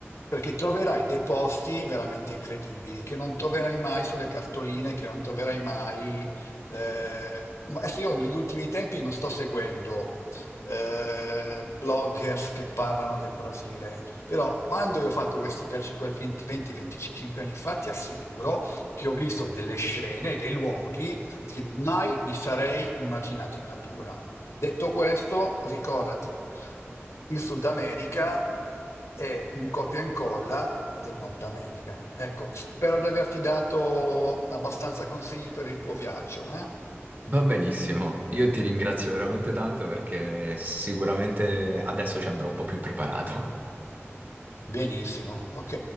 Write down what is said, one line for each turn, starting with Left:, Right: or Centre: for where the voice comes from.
Left: perché troverai dei posti veramente incredibili che non troverai mai sulle cartoline, che non troverai mai. eh, ma Adesso io negli ultimi tempi non sto seguendo eh, bloggers che parlano del Brasile. Però quando io ho fatto questi viaggi qua 20-25 anni fa, ti assicuro che ho visto delle scene, dei luoghi che mai mi sarei immaginato in natura. Detto questo, ricordati, il Sud America è un copia e incolla del Nord America. Ecco, spero di averti dato abbastanza consigli per il tuo viaggio, eh?
Right: Va benissimo, io ti ringrazio veramente tanto perché sicuramente adesso ci andrò un po' più preparato.
Left: Benissimo, ok.